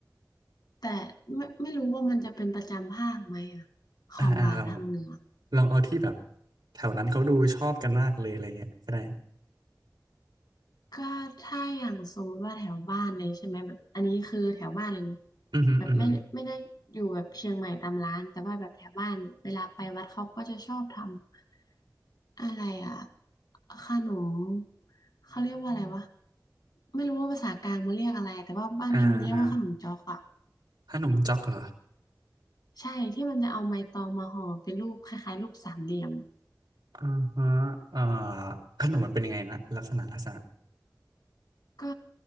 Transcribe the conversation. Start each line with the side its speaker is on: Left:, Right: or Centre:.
Left: แต่ไม่ไม่รู้ว่ามันจะเป็นประจำภาคไหมอะของหวานทางเหนือ
Right: อ่าอ่าลองลองเอาที่แบบแถวนั้นเขาดูชอบกันมากเลยอะไรเงี้ยก็ได้
Left: ก็ถ้าอย่างสมมติว่าแถวบ้านเลยใช่ไหมแบบอันนี้คือแถวบ้านเลยนะ
Right: อือหืออือหือ
Left: แบบไม่ไม่ได้อยู่แบบเชียงใหม่ตามร้านแต่ว่าแบบแถวบ้านเวลาไปวัดเขาก็จะชอบทำอะไรอะขนมเขาเรียกว่าอะไรวะไม่รู้ว่าภาษากลางมันเรียกอะไรแต่ว่าบ้านเอมมันเรียกว่าขนมจ๊อกอะ
Right: อ่าอ่าขนมจ๊อกเหรอ
Left: ใช่ที่มันจะเอาใบตองมาห่อเป็นรูปคล้ายๆรูปสามเหลี่ยม
Right: อ่าฮะเอ่าขนมมันเป็นยังไงนะลักษณะลักษณะ
Left: ก็